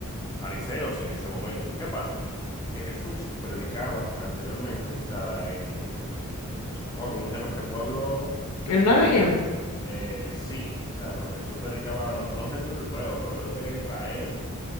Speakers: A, on the left (about 15°); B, on the left (about 85°).
A: fariseos en ese momento. ¿Qué pasa? Que Jesús predicaba anteriormente, o sea, en, wow, ¿cómo se llama este pueblo?
B: En una región.
A: Eh, sí, o sea, pero Jesús predicaba, no, no recuerdo el pueblo, pero creo que era Israel.